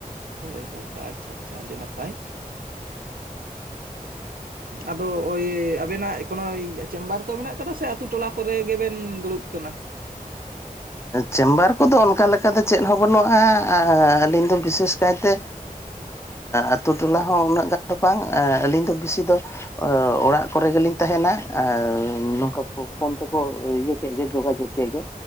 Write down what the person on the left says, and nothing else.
<inaudible>
ᱪᱮᱢᱵᱟᱨ ᱠᱚᱫᱚ ᱚᱱᱠᱟ ᱞᱮᱠᱟ ᱫᱚ ᱪᱮᱫ ᱦᱚᱸ ᱵᱟᱹᱱᱩᱜᱼᱟ ᱟᱹᱞᱤᱧ ᱫᱚ ᱵᱤᱥᱮᱥ ᱠᱟᱭᱛᱮ ᱟᱛᱳ ᱴᱚᱞᱟ ᱦᱚᱸ ᱩᱱᱟᱹᱜ ᱜᱟᱱ ᱫᱚ ᱵᱟᱝ ᱟᱹᱞᱤᱧ ᱫᱚ ᱵᱮᱥᱤ ᱫᱚ ᱚᱲᱟᱜ ᱠᱚᱨᱮ ᱜᱮᱞᱤᱧ ᱛᱟᱦᱮᱱᱟ ᱱᱚᱝᱠᱟ ᱯᱷᱳᱱ ᱛᱮᱠᱚ ᱤᱭᱟᱹ ᱠᱮᱫ ᱜᱮ ᱡᱳᱜᱟᱡᱳᱜᱽ ᱠᱮᱫ ᱜᱮ